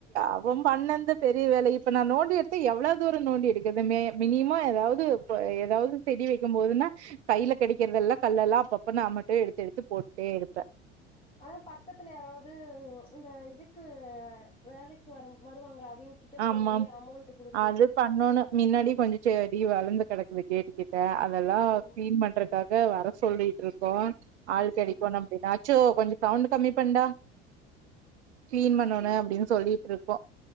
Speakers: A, on the right (about 70°); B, on the left (about 15°).
A: அவ பண்ண அந்த பெரிய வேலை இப்ப நா நோண்டி எடுத்த எவ்ளோ தூர நோண்டி எடுக்குது மே மினி யிமா எதாவ்து போ எதாவ்து செடி வக்கிம்போதுனா கையில கிடைக்குறதெல்லா கல்லெல்லா அப்பப்ப நா மட்டும் எடுத்து எடுத்து டு போட்டே இரு
B: அதா பக்கத்துல யாராவ்து இந்த இதுக்கு வேலைக் வரும் வருவாங்களா அவங்ககிட்ட
A: ஆமா
B: சொல்லி அமௌண்ட் குடுத்து
A: அது பண்ணன்னு முன்னாடி கொஞ்ச செடி வளந்து கிடக்குது கேடிகெட் அதெல்லா
B: ஓ
A: கிளீன் பண்றக்காக வர சொல்லிட்டு இருக்கோ ஆள்
B: ஓகே
A: கிடைக்கும்
B: ஓகே
A: நம்புனாச்சோ கொஞ்ச சவுண்ட் கம்மி பண்டா கிளீன் பண்ணனு அப்டின்னு சொல்லிட்டு இருக்கோ